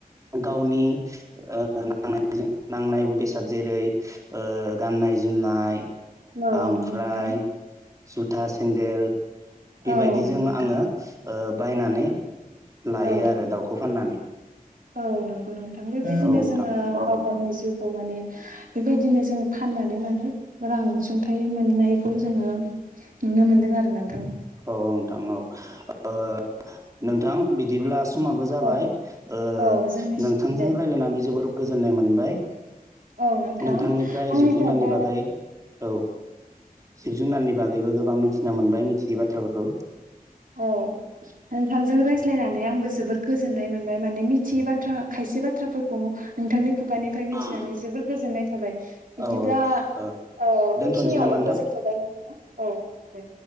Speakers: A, on the right; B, on the right.
A: गावनि ओ नांनाय नांनाय बेसाद जेरै ओ गाननाय जोमनाय
B: औ
A: ओमफ्राय
B: नंगौ नोंथां
A: जुथा सेन्देल बेबायदिजों
B: औ नंगौ नोंथां
A: आङो ओ बायनानै लायो
B: औ
A: आरो दाउखौ फाननानै
B: औ नंगौ नोंथां बेबायदिनो
A: औ नोंथां
B: जोङो गावनि जिउखौ माने बेबायदिनो जोङो फाननानै माने रां अनसुंथाइ मोननायखौ जोङो नुनो मोनदों आरो ना
A: औ औ नोंथां औ ओ नोंथां बिदिब्ला समाबो जाबाय
B: औ
A: ओ
B: औ जोंनि
A: नोंथांजों
B: दे
A: रायज्लायनानै जोबोर गोजोननाय मोनबाय
B: औ नोंथां
A: नोंथांनिफ्राय
B: आंनिफ्रायबो
A: जिब-जुनारनि बागै औ जिब-जुनारनि बागैबो गोबां मिथिना मोनबाय मिथियै बाथ्राफोरखौ
B: औ नोंथांजों रायज्लायनानै आंबो जोबोद गोजोननाय मोनबाय माने मिथियै बाथ्रा खायसे बाथ्राफोरखौ खौ नोंथांनि खुगानिफ्राय मिथिनानै
A: औ
B: जोबोर गोजोननाय थाबाय बिदिब्ला
A: औ ओ
B: औ
A: दोनथ'नोसै
B: बेखिनियावनो
A: नामा नोंथां
B: फोजोबथ'बाय नामा औ दे